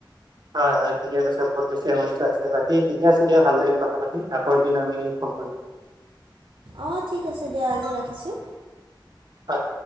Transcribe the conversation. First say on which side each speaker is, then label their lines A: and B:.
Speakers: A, on the right; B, on the right.
A: হয়, হয়, ঠিকে কৈছে বহুত বেছি সমস্যা আছে, বাকী ঠিকে আছে দিয়ক ভাল লাগিল কথা পাতি, আকৌ এদিন আমি ফোন কৰিম।
B: অ', ঠিক আছে দিয়া আজি ৰাখিছোঁ।
A: হয়।